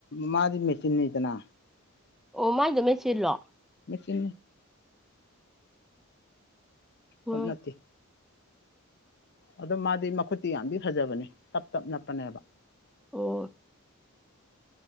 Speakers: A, on the left; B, in the centre.
A: ꯃꯥꯗꯤ ꯃꯦꯆꯤꯟ ꯅꯤꯗꯅꯥ
B: ꯑꯣꯃ ꯏꯃꯦ ꯆꯔꯂꯣ
A: ꯃꯦꯆ
B: ꯎꯝ
A: ꯈꯨꯠꯅꯠꯇ ꯑꯗꯣ ꯃꯥꯗꯤ ꯃꯈꯨꯠꯇꯤ ꯌꯥꯝꯗꯤ ꯐꯖꯕꯅꯦ ꯇꯞ ꯇꯞ ꯅꯞꯄꯅꯦꯕ
B: ꯍꯣ ꯍꯣꯏ